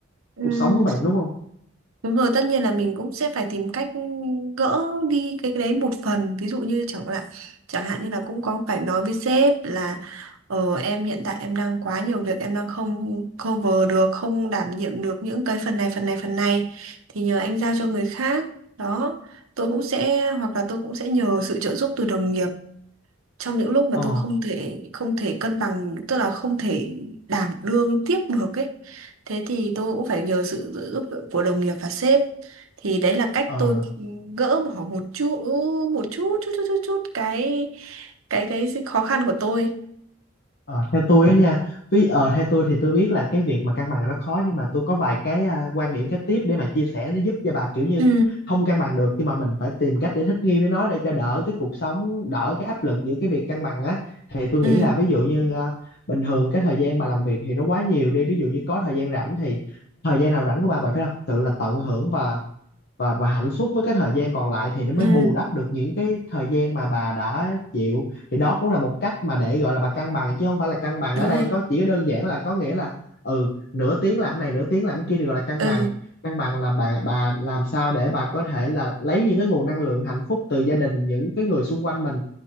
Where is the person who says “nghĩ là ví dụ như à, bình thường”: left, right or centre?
Left